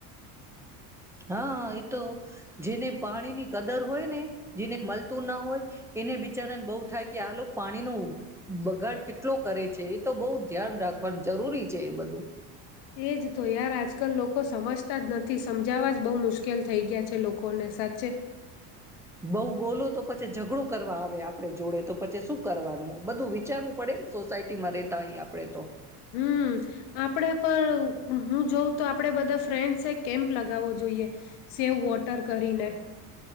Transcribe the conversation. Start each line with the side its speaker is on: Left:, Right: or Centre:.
Centre: <unintelligible> હા એ તો જેને પાણીની કદર હોય ને જી ને મલ તુ ન હોય, એને બીચારા ને બઉ થાય કે, આ લોક પાણીનો બગાડ કેટલો કરે છે એ તો બઉ ધ્યાન રાખવાનું જરૂરી છે. એ બધું
Left: એ જ તો યાર આજ આજકાલ લોકો સમજતા જ નથી સમજાવા જ બહુ મુશ્કેલ થઈ ગયા છે. લોકોને સાચે
Centre: બઉ બોલો તો પછ છે. ઝઘડો કરવા આવે, આપણે જોડે તો પછી શું કરવાનું? બધું વિચારવું પડે ને સોસાયટીમાં રેતા હોય આપડે તો
Left: હમ આપણે પણ હું જોઉં તો આપડે બધા ફ્રેન્ડસે એ કેમ્પ લગાવવો જોઈએ સેવ વોટર કરીને